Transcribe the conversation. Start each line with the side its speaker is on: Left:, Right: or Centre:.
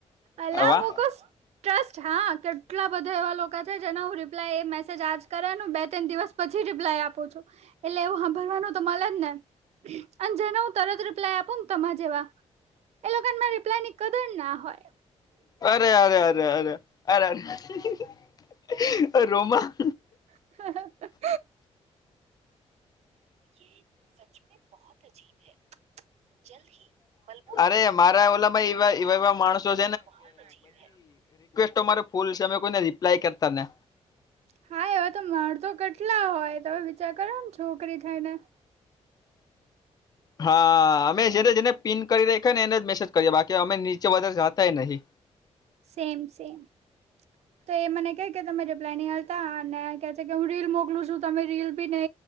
Right: અલા
Left: વાહ
Right: મુકુસ ટ્રસ્ટ હા, કેટલા બધા એવા લોકો છે જેનો હું રિપ્લાય એ મેસેજ આજ કરેન બે તણ દિવસ પછી રિપ્લાય આપું છું, એટલે એવું હાંભરવાનું તો મલેજ ને. અને જેને હું તરત રિપ્લાય આપું ને તમાર જેવા એ લોકોન માર રિપ્લાય ની કદર ના હોય.
Left: અરે અરે અરે અરે અરે! રોમા.
Right: <inaudible> યે સચમે બહોત અજીબ હે. જલ્દહિ બલબૂરમેં
Left: અરે
Right: <inaudible>
Left: મારા ઓલામાં
Right: બોહોત
Left: એવા એવા એવા માણસો
Right: અજાબ હે.
Left: તો મારે ફોલ સામે કોઈને રિપ્લાય કરતા ને
Right: હા, એવા તો મારતો કેટલા હોય, તમે વિચાર કરો ને છોકરી થઈ ને.
Left: હા, અમે જેને- જેને પિન કરી રાયખા ને એને જ મેસેજ કરીએ બાકી અમે નીચે વધારે જાતાય નહી.
Right: Same same. તો એ મને કેય કે તમે રિપ્લાય નહીં આલતા આ ને કે છે કે હું રીલ મોકલું છું તમે રીલ બી નય.